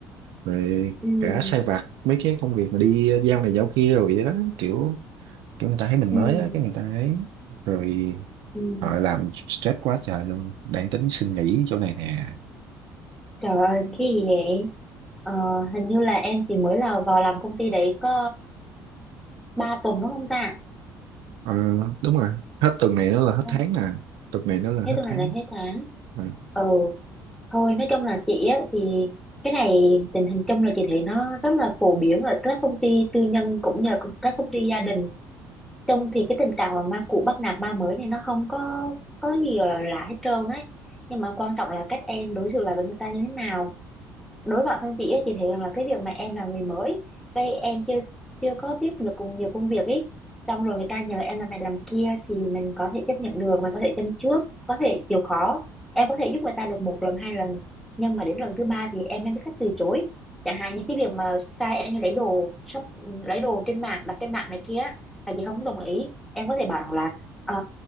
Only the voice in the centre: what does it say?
ừm,
ừm,
ừm.
trời ơi cái gì vậy ờ, hình như là em chỉ mới là vào làm công ty đấy có 3 tuần đúng không ta
không
hết
tuần này
là hết tháng
ừ thôi nói chung là chị á thì cái này tình hình chung là chị thấy nó rất là phổ biến ở các công ty tư nhân cũng như là các công ty gia đình chung thì cái tình trạng mà ma cũ bắt nạt ma mới này nó không có có gì gọi là lạ hết trơn ấy nhưng mà quan trọng là cách em đối xử lại với người ta như thế nào đối với bản thân chị ấy, chị thấy rằng là cái việc mà em là người mới cái em chưa chưa có biết được cùng nhiều công việc ấy xong rồi người ta nhờ em làm này làm kia thì mình có thể chấp nhận được mình có thể châm trước có thể chịu khó em có thể giúp người ta được một lần hai lần nhưng mà đến lần thứ ba thì em nên biết cách từ chối chẳng hạn như cái việc mà sai em lấy đồ shop lấy đồ trên mạng đặt trên mạng này kia á, là chị không đồng ý em có thể bảo rằng là "Ờ,